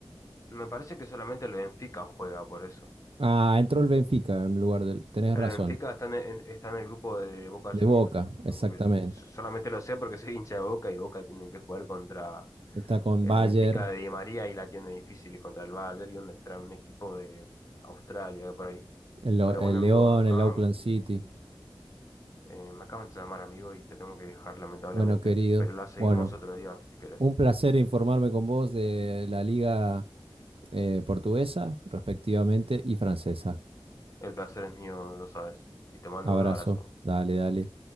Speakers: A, on the left (about 35°); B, on the right (about 85°).
A: Me parece que solamente el Benfica juega por eso.
B: Ah, entró el Benfica en lugar del, tenés
A: El
B: razón,
A: Benfica está en, en- está en el grupo de Boca
B: de
A: Juniors,
B: Boca, exactamente.
A: porque so- solamente lo sé porque <laughs> soy hincha de Boca y Boca tienen que jugar contra
B: Está con
A: el
B: Bayer,
A: Benfica de Di María y la tiene difícil y contra el Bayern y contra un equipo de Australia por ahí.
B: el, Lo-
A: Pero
B: el
A: bueno, amigo,
B: León,
A: acá
B: el Auckland City.
A: eh, me acaban de llamar, amigo, y te tengo que dejar lamentablemente,
B: Bueno, querido,
A: pero la seguimos
B: bueno,
A: otro día si querés.
B: un placer informarme con vos de la liga eh, portuguesa, respectivamente, y francesa.
A: El placer es mío, lo sabes, y te mando
B: Abrazo,
A: un abrazo.
B: dale, dale.